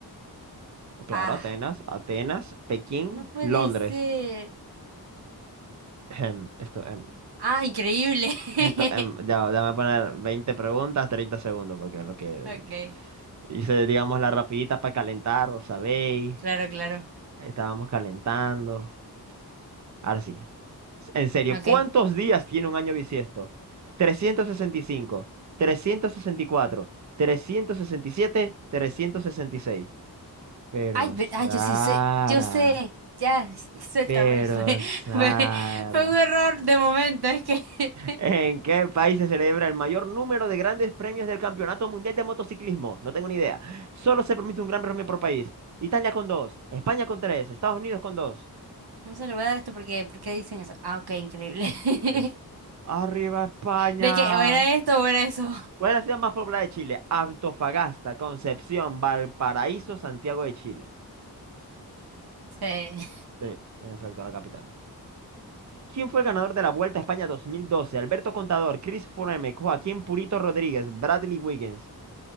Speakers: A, on the right; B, on the right.
A: Claro,
B: Ah,
A: Atenas, Atenas, Pekín,
B: no puede
A: Londres.
B: ser.
A: Em, esto, em,
B: Ah, increíble. <laughs>
A: esto, em, ya, déjame poner 20 preguntas, 30 segundos, porque lo que
B: Okay,
A: hice, digamos, la rapidita para calentar, ¿os sabéis?
B: claro, claro.
A: Estábamos calentando. Ahora sí. En serio,
B: Okay.
A: ¿cuántos días tiene un año bisiesto? Trescientos trescientos trescientos sesenta sesenta sesenta y y y cinco, cuatro, siete, trescientos sesenta y seis. Pero
B: Ay, ve-
A: Sara,
B: ay, yo sí sé, yo sé. Ya, <laughs> suéltame.
A: pero
B: Fue,
A: Sara,
B: fue, fue un error de momento. Es que <laughs>
A: ¿en qué país se celebra el mayor número de grandes premios del Campeonato Mundial de Motociclismo? No tengo ni idea. Solo se permite un gran premio por país. Italia con dos, España con tres, Estados Unidos con dos.
B: no se lo voy a dar esto porque, ¿por qué dicen eso? Ah, okay, increíble. <laughs>
A: Eso. Arriba España.
B: De que o era esto o era eso.
A: ¿Cuál es la ciudad más poblada de Chile? Antofagasta, Concepción, Valparaíso, Santiago de Chile.
B: Sí.
A: Sí, en efecto, la capital. ¿Quién fue el ganador de la Vuelta a España dos mil doce Alberto Contador, Chris Froome, Joaquín Purito Rodríguez, Bradley Wiggins.